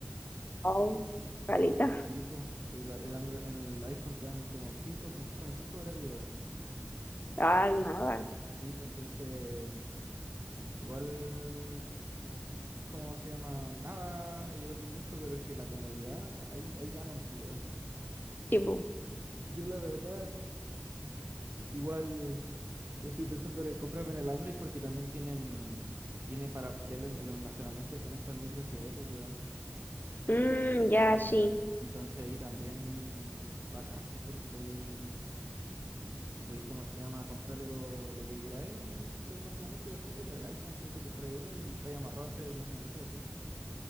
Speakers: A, on the left; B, on the right.
A: Oh, caleta.
B: Sí, pues, sí, el, el Android, en el iPhone te dan como 5, son, son 5 gratis, weón.
A: Ah, nada.
B: Sí, pues entonces... Igual es como se llama nada y el otro mucho, pero es que la comodidad, ahí, ahí ganan, pues, weón.
A: Tipo,
B: Yo la verdad, igual eh, estoy pensando en comprarme en el Android porque también tienen, tienen para ampliar el, el almacenamiento con estas micro CD, pues, weón.
A: mm, ya, sí,
B: Entonces ahí también bacán, pues, porque podí, podí, ¿cómo se llama? Comprarle lo, lo que queráis de almacenamiento y después poner el iPhone, tú te compras uno y te amarrado a ese almacenamiento para siempre.